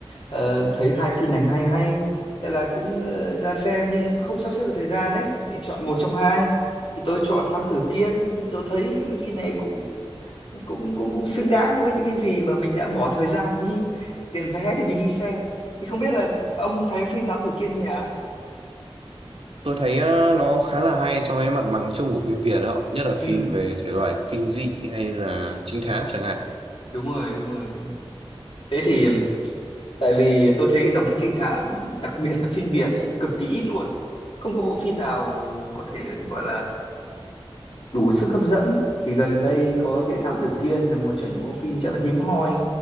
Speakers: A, on the left; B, on the right.
A: ờ, thấy hai phim này hay hay. Thế là cũng ờ, ra xem nhưng không sắp xếp được thời gian đấy. Nên chọn một trong hai. Thì tôi chọn Thám Tử Kiên. Thì Tôi thấy phim này cũng cũng cũng cũng xứng đáng với những cái gì mà mình đã bỏ thời gian đi tiền vé để mình đi xem. Thì không biết là ông thấy phim Thám Tử Kiên nhỉ?
B: Tôi thấy ờ, nó khá là hay so với mặt bằng chung của phim Việt đó, nhất là phim
A: Ừ,
B: về thể loại kinh dị hay là trinh thám chẳng hạn.
A: đúng rồi, đúng rồi, đúng rồi. Thế thì tại vì tôi thấy dòng phim trinh thám đặc biệt là phim Việt ấy cực kỳ ít luôn không có bộ phim nào có thể gọi là đủ sức hấp dẫn thì gần đây có thấy Thám Tử Kiên là một trong những bộ phim rất là hiếm hoi